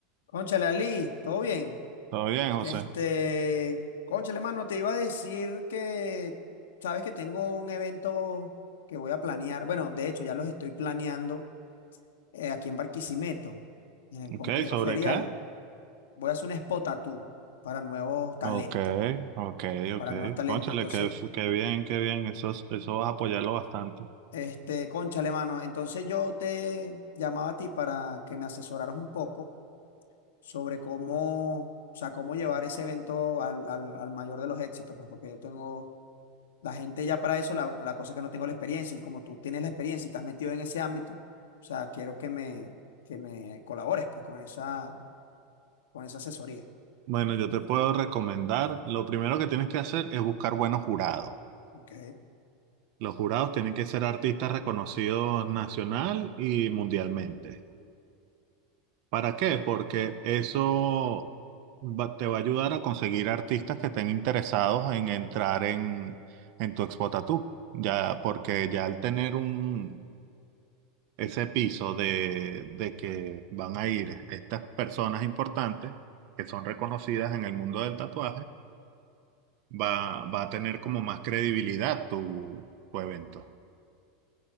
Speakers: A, on the left (about 75°); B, on the right (about 60°).
A: Cónchale, Ali, ¿todo bien?
B: ¿Todo bien, José?
A: Este, cónchale, mano, te iba a decir que, sabes que tengo un evento que voy a planear, bueno, de hecho ya los estoy planeando eh, aquí en Barquisimeto, en el
B: Ok,
A: complejo
B: ¿sobre
A: ferial.
B: qué?
A: Voy a hacer un spot tattoo para nuevos talentos,
B: Ok, ok,
A: para
B: ok.
A: nuevos talentos.
B: Cónchale,
A: Entonces,
B: qué, qué bien, qué bien. Eso, es- eso vas a apoyarlo bastante.
A: este, cónchale, mano, entonces yo te llamaba a ti para que me asesoraras un poco sobre cómo, o sea, cómo llevar ese evento al, al al mayor de los éxitos, pues porque yo tengo La gente ya para eso, la, la cosa es que no tengo la experiencia y como tú tienes la experiencia y estás metido en ese ámbito, o sea, quiero que me, que me colabores pues con esa, con esa asesoría.
B: Bueno, yo te puedo recomendar, lo primero que tienes que hacer es buscar buenos jurados.
A: Ok.
B: Los jurados tienen que ser artistas reconocidos nacional y mundialmente. ¿Para qué? Porque eso va- te va a ayudar a conseguir artistas que estén interesados en entrar en, en tu Expo Tattoo. Ya, porque ya al tener un ese piso de, de que van a ir estas personas importantes que son reconocidas en el mundo del tatuaje, va, va a tener como más credibilidad tu, tu evento.